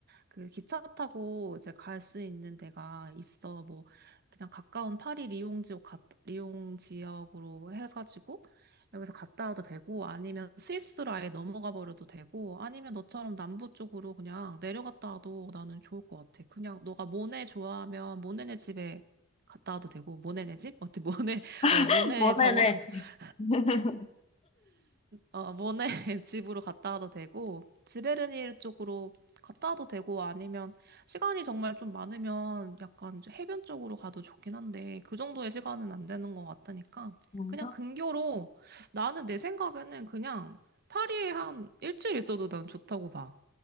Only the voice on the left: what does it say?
<laughs>
원하는
집. <laughs>
뭔가?